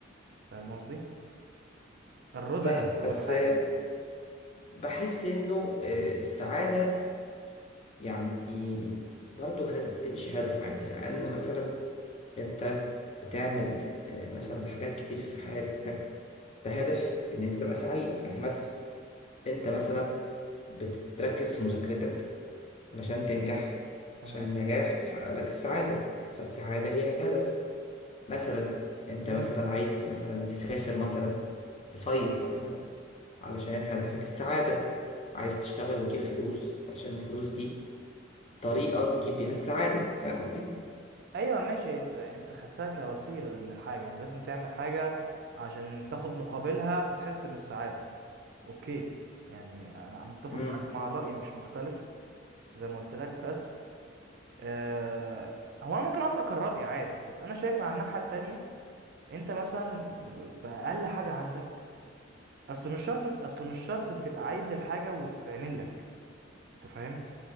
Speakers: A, on the right (about 55°); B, on the left (about 35°).
A: فاهم قصدي الرضا
B: فاهم
A: نفسه
B: بس
A: بالحاجة
B: آه، بحس انه آه، السعادة يعني برضه هدف تمشي هدف عادي لان مثلا انت بتعمل آه، مثلا حاجات كتير في حياتك بهدف ان انت تبقى سعيد يعني مثلا انت مثلا بتركز في مذاكرتك علشان تنجح
A: تمام
B: عشان النجاح بيحقق لك السعادة فالسعادة هي هدف مثلا انت
A: مم.
B: مثلا عايز مثلا تسافر مثلا تصيف مثلا علشان هدفك السعادة عايز تشتغل وتجيب فلوس علشان الفلوس دي طريقة تجيب بيها السعادة فاهم قصدي؟
A: ايوه ماشي انت انت خدتها كوسيلة من الحاجة يعني لازم تعمل حاجة عشان تاخد مقابلها فتحس بالسعادة اوكي يعني انا متفق
B: امم
A: معاك مع الرأي مش مختلف زي ما قلت لك بس آه، هو انا ممكن اوافقك الرأي عادي بس انا شايف على الناحية التانية انت مثلا ب- ب- بأقل حاجة عندك اصل مش شرط اصل مش شرط تبقى عايز الحاجة وتتعمل لك انت فاهم